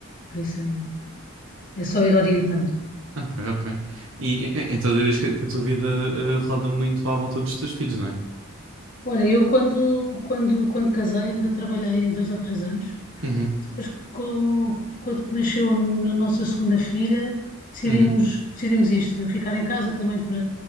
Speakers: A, on the left (about 40°); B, on the right (about 70°).
A: por isso é, é só ir orientando.
B: Ok, ok. E, e- e- então dirias que, que a tua vida eh, roda muito à volta dos teus filhos, não é?
A: Olha, eu quando, quando, quando casei ainda trabalhei dois ou três anos.
B: Uhum,
A: Depois, co- quando nasceu a nossa segunda filha, decidimos,
B: uhum.
A: decidimos isto, de eu ficar em casa também para,